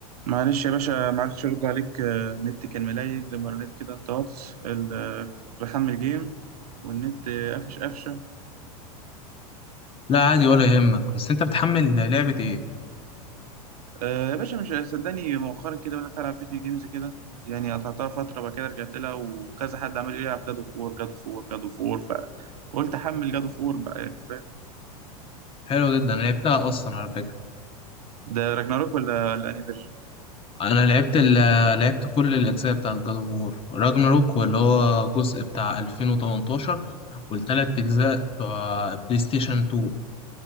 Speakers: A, on the right (about 80°); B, on the left (about 30°).
A: معلش يا باشا ما عرفتش ارد عليك آه، النت كان ملايج لما رنيت كده انت واتس ال- آه، كنت بحمل جيم والنت آه، قفش قفشه
B: لا عادي ولا يهمك بس انت بتحمل لعبة ايه
A: آه، يا باشا مش صدقني مؤخرا كده بدات العب فيديو جيمز كده يعني قطعتها فتره بعد كده رجعت لها وكذا حد عمال يقول لي العب جادو فور جادو فور جادو فور فقلت احمل جادو فور بقى يعني انت فاهم
B: حلو جدا لعبتها اصلا على فكرة
A: ده راجناروك ولا الاني فيرجن
B: انا لعبت ال آه، لعبت كل الاجزاء بتاعت جاد اوف وور راجناروك واللي هو جزء بتاع 2018 والتلات اجزاء بتوع بلاي ستيشن 2